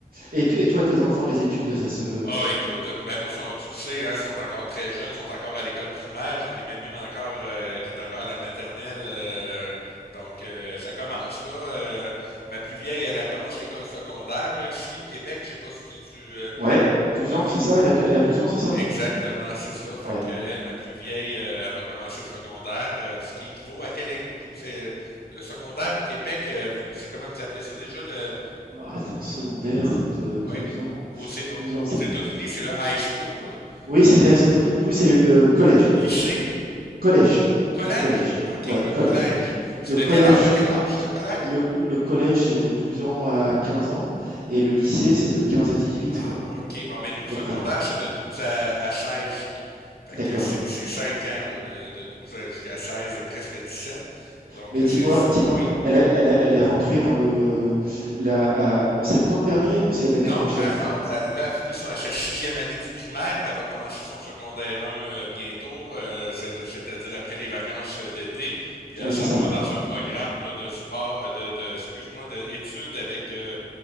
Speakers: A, on the right (about 70°); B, on the left (about 80°).
A: Et, t- et toi, tes enfants, les études, ça se...
B: Ah, écoute, euh, ben moi, sont, tu le sais, hein, sont encore très jeunes, sont encore à l'école primaire. J'en ai même une encore euh, qui est encore à la maternelle. euh, donc, euh, ça commence là. Euh, ma plus vieille, elle, elle commence l'école secondaire là ici au Québec. Je sais pas si tu, tu, euh,
A: Ouais, douze
B: vous euh,
A: ans, c'est ça? Elle a, elle a 12 ans, c'est ça?
B: Exactement, c'est ça. Fait
A: Ouais.
B: que euh, elle, ma plus vieille, euh, elle va commencer le secondaire, euh, ce qui équivaut à quel éc- vous c'est le secondaire au Québec, euh, vous c'est comment vous appelez ça déjà le
A: Attends, secondaire, de
B: ouais
A: 12 ans.
B: aux, c'est- aux
A: douze ans.
B: aux États-Unis c'est le high school,
A: Oui, c'est ça,
B: Puis,
A: high school. Nous, c'est le, le collège.
B: lycée,
A: Collège.
B: collège.
A: Collège.
B: Ok,
A: Ouais,
B: le collège.
A: collège.
B: C'est
A: Le
B: de
A: collège,
B: quel âge à quel âge ça, le collège
A: le,
B: vous?
A: le collège, c'est de 12 ans à 15 ans et le lycée, c'est de 15 à 18,
B: Ah
A: quoi, à
B: ok, bon mais nous le
A: peu
B: secondaire
A: près.
B: c'est de 12 à, à 16. Fait
A: D'accord.
B: que c'est c'est 5 ans là, de, de 12 à- jusqu'à 16, presque 17. Donc
A: Mais
B: euh,
A: dis-moi,
B: c'est
A: dis-moi,
B: oui.
A: elle, a- elle, a- elle est rentrée dans le, la, à- en septembre dernier ou c'est l'année
B: Non,
A: prochaine?
B: elle rentre, elle- là, elle finit son, sa sixième année du primaire, puis elle va commencer son secondaire un euh, bientôt, euh, c'est- c'est-à-dire après les vacances euh, d'été, puis elle
A: Ah Oui,
B: s'en
A: c'est ça.
B: va dans un programme là, de sport, euh, de, de excuse-moi, d'études avec euh,